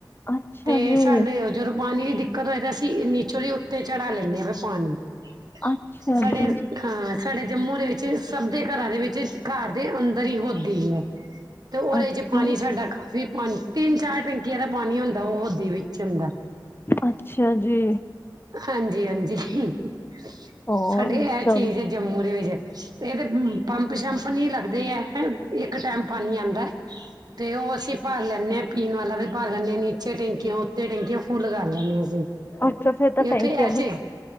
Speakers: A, on the left (about 30°); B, on the right (about 55°).
A: ਅੱਛਾ
B: 'ਤੇ
A: ਜੀ
B: ਸਾਡੇ ਜਦੋਂ ਪਾਣੀ ਦੀ ਦਿੱਕਤ ਹੋਏ 'ਤੇ ਅਸੀਂ ਨੀਚੋਂ ਦੀ ਉੱਤੇ ਚੜਾ ਲੈਂਨੇ ਆ, ਫੇਰ ਪਾਣੀ,
A: ਅੱਛਾ
B: ਸਾਡੇ
A: ਜੀ
B: ਹਾਂ ਸਾਡੇ ਜੰਮੂ ਦੇ ਵਿੱਚ ਸਭ ਦੇ ਘਰਾਂ ਦੇ ਵਿੱਚ ਘਰ ਦੇ ਅੰਦਰ ਈ ਹੋਦੀ ਐ, 'ਤੇ ਉਹਦੇ
A: ਅੱਛਾ
B: 'ਚ ਪਾਣੀ ਸਾਡਾ ਕਾਫ਼ੀ ਪਾਣ ਤਿੰਨ, ਚਾਰ ਟੈਂਕੀਆਂ ਦਾ ਪਾਣੀ ਹੁੰਦਾ ਹੋਦੀ ਵਿੱਚ ਹੁੰਦਾ।
A: ਅੱਛਾ ਜੀ।
B: ਹਾਂਜੀ, ਹਾਂਜੀ ਹ
A: ਹੋਰ
B: ਸਾਡੇ ਏ
A: ਚਲ
B: ਚੀਜ਼ ਏ ਜੰਮੂ ਦੇ ਵਿੱਚ ਇਹਦੇ ਪੰਪ ਸ਼ੰਪ ਨੀ ਲੱਗਦੇ ਐ, ਹ ਇੱਕ ਟਾਈਮ ਪਾਣੀ ਆਂਦਾ 'ਤੇ ਉਹ ਅਸੀਂ ਭਰ ਲੈਂਨੇ ਆ, ਪੀਣ ਵਾਲਾ ਵੀ ਭਰ ਲੈਂਨੇ ਆ, ਨੀਚੇ ਟੈਂਕੀਆਂ ਉੱਤੇ ਟੈਂਕੀਆਂ ਫੁੱਲ ਕਰ ਲੈਂਨੇ ਆ ਅਸੀਂ।
A: ਅੱਛਾ ਫਿਰ ਤਾਂ ਟੈਂਕੀਆ
B: ਉੱਥੇ ਐਸੇ
A: ਵੀ